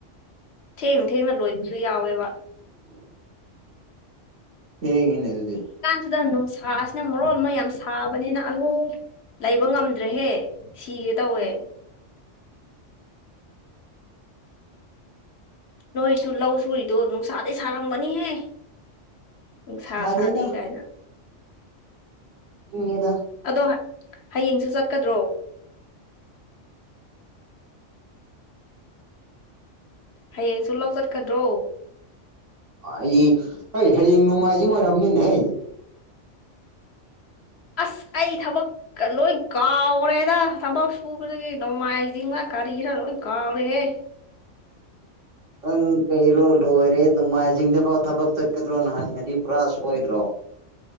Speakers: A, on the left (about 60°); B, on the right (about 75°).
A: ꯊꯦꯡꯅ ꯊꯦꯡꯅ ꯂꯣꯏꯕꯁꯨ ꯌꯥꯎꯋꯦꯕ
B: ꯎ ꯍꯦ ꯏꯅꯦꯥꯏ ꯑꯗꯨꯗꯤꯦ
A: ꯁꯤꯗ ꯅꯨꯡꯁꯥꯁꯤꯅ ꯃꯔꯣꯟ ꯑꯃ ꯌꯥꯝ ꯁꯥꯕꯅꯤꯅ ꯑꯂꯨ ꯂꯩꯕ ꯉꯝꯗ꯭ꯔꯦꯍꯦ ꯁꯤꯒꯦ ꯇꯧꯋꯦ ꯅꯣꯏꯁꯨ ꯂꯧ ꯁꯨꯔꯤꯗꯣ ꯅꯨꯡꯁꯥꯗꯩ ꯁꯥꯔꯝꯒꯅꯤꯍꯦ ꯅꯨꯡꯁꯥ
B: ꯁꯥꯗꯦꯗ
A: ꯁꯥꯗꯦ ꯀꯥꯏꯅ
B: ꯏꯪꯉꯦꯗ
A: ꯑꯗꯣ ꯍꯌꯦꯡꯁꯨ ꯆꯠꯀꯗ꯭ꯔꯣ ꯍꯌꯦꯡꯁꯨ ꯂꯧ ꯆꯠꯀꯗ꯭ꯔꯣ
B: ꯑꯩ ꯍꯣꯏ ꯍꯌꯦꯡ ꯅꯣꯡꯃꯥꯏꯖꯤꯡ ꯑꯣꯏꯔꯝꯅꯤꯅꯦ ꯍꯩ
A: ꯑꯁ ꯑꯩ ꯊꯕꯛꯀ ꯂꯣꯏ ꯀꯥꯎꯔꯦꯗ ꯊꯕꯛ ꯁꯨꯕꯗꯒꯤ ꯅꯣꯡꯃꯥꯏꯖꯤꯡ ꯉ ꯀꯔꯤꯔ ꯂꯣꯢ ꯀꯥꯎꯔꯦꯍꯦ
B: ꯅꯪ ꯀꯩꯔꯣ ꯂꯣꯏꯔꯦ ꯅꯣꯡꯃꯥꯏꯖꯤꯡꯗ ꯐꯥꯎ ꯊꯕꯛ ꯆꯠꯀꯗ꯭ꯔꯣ ꯅ ꯍꯪꯉꯗꯤ ꯄꯨꯔꯥ ꯁꯣꯏꯗ꯭ꯔꯣ